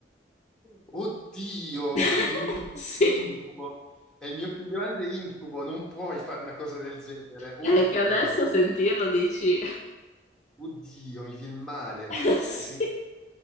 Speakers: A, in the centre; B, on the left.
A: Oddio,
B: <laughs>
A: è il mio più
B: Sì.
A: grande incubo. È il mio più grande incubo, non puoi fare una cosa del genere. Oddio,
B: È che adesso a sentirlo dici...
A: oddio, mi viene male.
B: <laughs> Sì,
A: Sai, se-